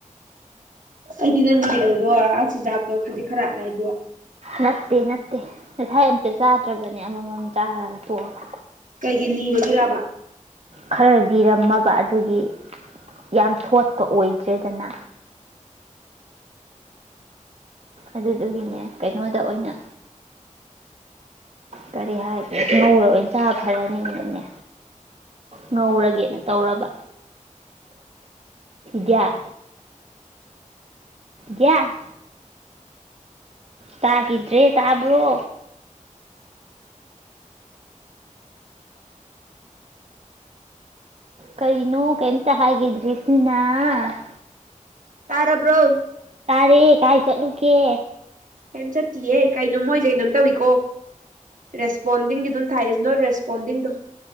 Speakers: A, on the right (about 75°); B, on the right (about 50°).
A: ꯑꯩꯗꯤ ꯅꯪ ꯌꯦꯉꯨꯗꯣ ꯆꯤꯟꯖꯥꯛꯇꯣ ꯈꯖꯤꯛ ꯈꯔ ꯂꯥꯏꯗꯣ
B: ꯅꯠꯇꯦ ꯅꯠꯇꯦ ꯉꯁꯥꯏ ꯑꯝꯇ ꯆꯥꯗ꯭ꯔꯕꯅꯦ ꯑꯃꯃꯝ ꯆꯥꯔꯒ ꯇꯣꯛꯑꯒ
A: ꯀꯩꯒꯤ ꯂꯤꯕꯒꯤꯔꯕ
B: ꯈꯔ ꯂꯤꯔꯝꯃꯕ ꯑꯗꯨꯒꯤ ꯌꯥꯝ ꯊꯣꯠꯄ ꯑꯣꯏꯗ꯭ꯔꯦꯗꯅ ꯑꯗꯨꯗꯨꯒꯤꯅꯦ ꯀꯩꯅꯣꯗ ꯑꯣꯏꯅ ꯀꯔꯤ ꯍꯥꯏꯒꯦ ꯉꯧꯔ ꯑꯣꯏꯅ ꯆꯥ ꯐꯔꯅꯤꯅꯅꯦ ꯉꯧꯔꯒꯦꯅ ꯇꯧꯔꯕ ꯌꯥ ꯌꯥꯌꯥ ꯇꯥꯈꯤꯗ꯭ꯔꯦ ꯇꯥꯕ꯭ꯔꯣ ꯀꯔꯤꯅꯣ ꯀꯦꯇ ꯍꯥꯏꯗ꯭ꯔꯤ ꯏꯁꯃꯅꯥ
A: ꯀꯥꯔꯔꯕ꯭ꯔꯣ
B: ꯇꯥꯔꯦ ꯀꯥꯏ ꯆꯠꯂꯨꯒꯦ
A: ꯀꯩꯝ ꯆꯠꯇꯌꯦ ꯀꯩꯅꯣ ꯃꯣꯏꯁꯦ ꯀꯩꯅꯣꯝ ꯇꯧꯏꯀꯣ ꯔꯦꯁꯄꯣꯟꯗꯤꯡꯒꯤ ꯑꯗꯨꯝ ꯊꯥꯏ ꯏꯁ ꯅꯣꯠ ꯔꯦꯁꯄꯣꯟꯗꯤꯡꯗꯣ